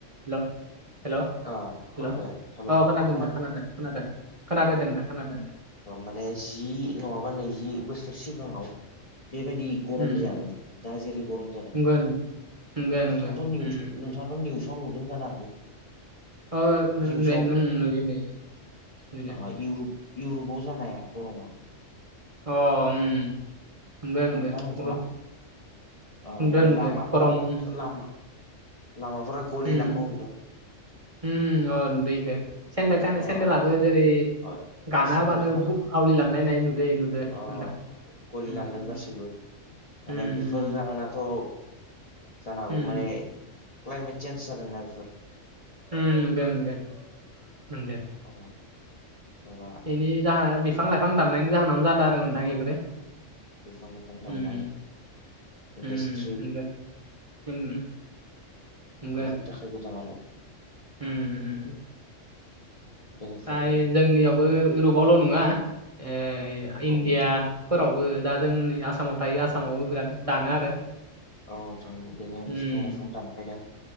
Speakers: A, on the right; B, on the left.
A: हेल हेल' हेल'
B: ओ खुलुमबाय हेलौ
A: औ खोनादों
B: अ
A: नोंथां खोनादों खोनादों खोनादो दे नोंथां खोनादों
B: माने जि नङाबा नैजि बोसोर सिगाङाव बेबायदि गरम
A: उम
B: जायामोन
A: उम
B: दा जेरै गरम जागोन
A: नंगौ नंगौ नंगौ नंगौ
B: नोंथाङाथ' निउस
A: उम
B: नोंथाङाथ'
A: उम
B: निउस खौ नुदों जानो हागौ
A: अ नुयो
B: निउसाव
A: नुयो नुयो दे
B: ओ इउर'प इउरपाव जानाया कर'ना
A: अ उम नंगौ नंगौ
B: नुदोना नोंथाङा
A: बहुद
B: अ
A: नुदो
B: माने
A: नुदो
B: लामाफोरा
A: गरम
B: लामा लामाफोरा गलिलांनो
A: उम
B: हमदों
A: उम अ दैखौ सेन्देल थ
B: अ
A: सेन्देलाबो जेरै
B: अ
A: गानाहोबानो
B: सेन्देलफोरा
A: बुब आवलिलांलायनाय नुदो नुदो
B: अ
A: नोंथां
B: गलिलांदों
A: उम उम
B: गासैबो
A: उम
B: माने बेफोर जाहोनाथ' जानो हागौ
A: उम
B: माने क्लाइमेट चेन्ज जादोंना बेफोर
A: उम नंगौ नंगो नंगो
B: अ माबा
A: बेनि जाहोना बिफां लाइफां दाननायनि जाहोनावानो जादों आरो नोंथां बेफोरो
B: बिफां लाइफां दाननाय
A: उम
B: इन्डास्ट्रि
A: उम नंगौ उम नंगौ
B: बेफोरनि थाखाय जादों आरो
A: ओमम म
B: <inaudible> बेनिफ्राय
A: फाय जोंनियावबो इउरपआवल' नङा ओ इण्डिया
B: औ नोंथां
A: फोरावबो दा जोंनि आसामाव थायो आसामावबो बिराद दानो आरो
B: औ नोंथां बेनो
A: उम
B: बिफां लाइफां दानफायदों